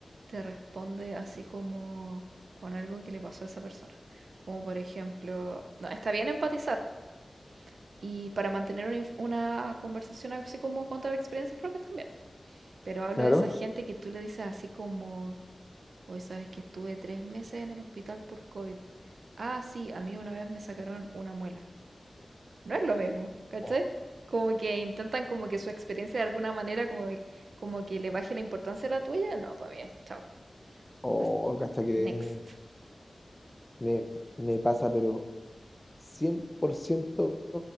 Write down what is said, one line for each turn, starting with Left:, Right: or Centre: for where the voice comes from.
Right: te responde así como con algo que le pasó a esa persona. Como por ejemplo, no, está bien empatizar y para mantener una, inf- una conversación así como contar experiencias propias también. Pero hablo
Left: Claro.
Right: de esa gente que tú le dices así como, hoy sabes que estuve tres meses en el hospital por COVID. Ah, sí, a mí una vez me sacaron una muela no es lo mismo, ¿cachai?
Left: o
Right: Como que intentan como que su experiencia de alguna manera como, de- como que le baje la importancia a la tuya. No, para mí es chao.
Left: O
Right: As-
Left: hasta que
Right: Next.
Left: me, me pasa, pero 100%.